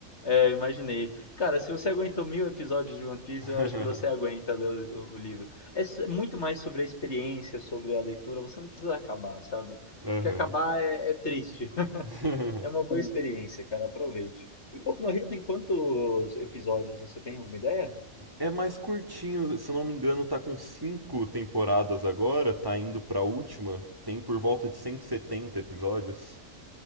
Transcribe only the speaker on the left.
Eu imaginei. Cara, se você aguentou mil episódios de One Piece,
eu acho que você aguenta ler o, o livro. É s- é muito mais sobre a experiência, sobre a leitura. Você não precisa acabar, sabe?
Porque acabar é, é triste. <laughs>
É uma boa experiência, cara. Aproveite. E Boku no Hero tem quantos episódios? Você tem alguma ideia?